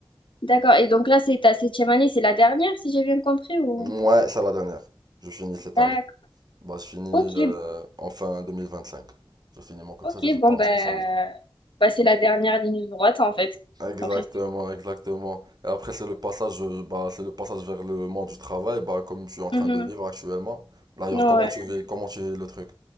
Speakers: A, on the left; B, on the right.
A: D'accord. Et donc là, c'est ta septième année, c'est la dernière, si j'ai bien compris, ou...
B: Ouais, c'est la dernière. Je finis cette
A: D'accord.
B: année. Bah, je finis
A: Ok,
B: euh, en fin 2025. Je finis mon cursus
A: ok,
B: et je pars
A: bon, ben,
B: en spécialité.
A: bah, c'est la dernière ligne droite, en fait.
B: Exactement,
A: Après.
B: exactement. Et après, c'est le passage, euh, bah, c'est le passage vers le monde du travail, bah, comme tu es en train
A: Mhm.
B: de vivre actuellement. D'ailleurs,
A: Ouais.
B: comment tu vis, comment tu vis le truc?